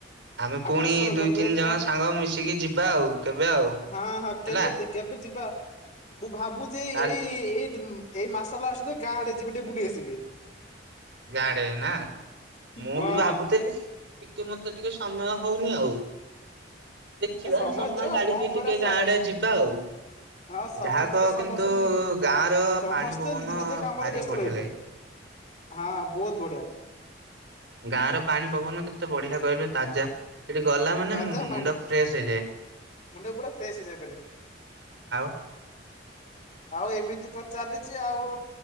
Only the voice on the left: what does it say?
ଆକର୍ଷଣ
କରିଦିଏ
ତ
ହଁ ହଁ କେବେ
ଦେ କେବେ ଯିବା? ମୁଁ ଭାବୁଚି
ଏ-ଏଇ ଏଇ ଏଇ ମାସ ଲାଷ୍ଟେରେ ଗାଁ ଆଡେ ଯିବି ଟିକେ ବୁଲି ଆସିବି।
ହଁ
ଏ
ଦେ ଆଉ
କଣ କରିବା
ସମ
ହଁ ସମସ୍ତେ
ତ ସମସ୍ତେ
ସମସ୍ତେ
ନିଜ ନିଜ କାମରେ
ବ୍ୟସ୍ତ
ରହିଲେ।
ହଁ, ବହୁତ ବଢିଆ।
ତାଜା
ମାଇଣ୍ଡ
ମୁଣ୍ଡ ପୁରା ଫ୍ରେଶ ହେଇଯାଇପାରିବ।
ଆଉ ଏମିତି ତ ଚାଲିଛି ଆଉ,